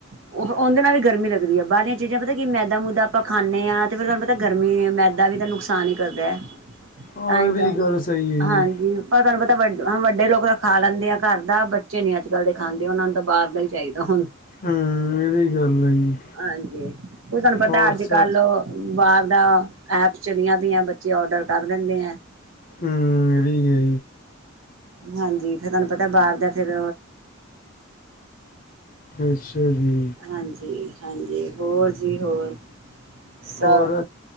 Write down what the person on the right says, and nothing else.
ਓ ਉਦੇ ਨਾਲ ਵੀ ਗਰਮੀ ਲੱਗਦੀ ਐ ਬਾਹਰਲੀਆਂ ਚੀਜ਼ਾਂ ਪਤਾ ਕੀ ਮੈਦਾ-ਮੂਦਾ ਆਪਾਂ ਖਾਨੇ ਆ ਤੇ ਫੇਰ ਤੁਹਾਨੂੰ ਪਤਾ ਗਰਮੀ ਮੈਦਾ ਵੀ ਤਾਂ ਨੁਕਸਾਨ ਈ ਕਰਦਾ ਐ।
ਤਾਂਹੀ
ਤਾਂ ਹੈ
ਹਾਂਜੀ।
ਪਰ ਤਾਨੂੰ ਪਤਾ ਵੱ ਵੱਡੇ ਲੋਕ ਤਾਂ ਖਾ ਲੈਂਦੇ ਆ ਘਰ ਦਾ ਬੱਚੇ ਨੀ ਅੱਜ-ਕੱਲ ਦੇ ਖਾਂਦੇ ਉਨਾਂ ਨੂੰ ਤਾਂ ਬਾਰ ਦਾ ਈ ਚਾਈਦਾ ਹੁਣ
ਹਾਂਜੀ, ਓ ਤੁਹਾਨੂੰ ਪਤਾ
ਅੱਜ
ਓ ਬਾਰ ਦਾ ਐਪਸ ਚਲੀ ਆ ਪਈ ਆ ਬੱਚੇ ਔਡਰ ਕਰ ਦਿੰਦੇ ਐ।
ਹਾਂਜੀ ਫੇਰ ਤੁਹਾਨੂੰ ਪਤਾ ਬਾਰ ਦਾ ਫੇਰ
ਹਾਂਜੀ-ਹਾਂਜੀ ਹੋਰ ਜੀ ਹੋਰ ਸਬ